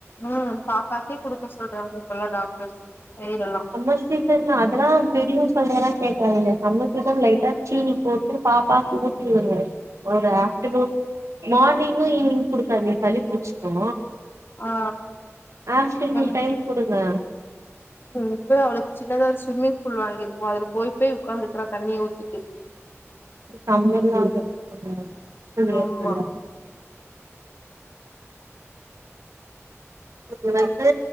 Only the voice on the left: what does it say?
ம் பாப்பாக்கே குடுக்க சொல்றாங்க இப்பெல்லா டாக்டர்ஸ் தயிரெல்லா
ஆ
ம்
இப்பதா அவளுக்கு சின்னதா ஒரு ஸ்விம்மிங் ஃபூல் வாங்கியிருக்குகோ அதுல போய் போய் உக்காந்துருக்கறா தண்ணிய ஊத்திட்டு
ஆமா